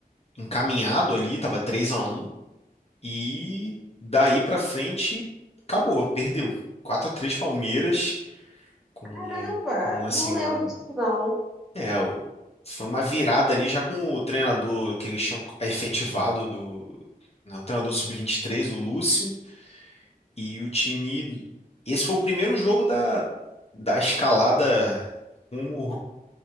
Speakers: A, on the left (about 40°); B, in the centre.
A: encaminhado ali, tava 3 a um e daí para frente acabou, perdeu. quatro a três Palmeiras com
B: Caramba,
A: com assim
B: não
A: um
B: lembro disso não.
A: é, o- foi uma virada ali já com o treinador que eles tinham efetivado do, né, o treinador sub vinte e três o Lúcio, e o time esse foi o primeiro jogo da, da escalada rumo,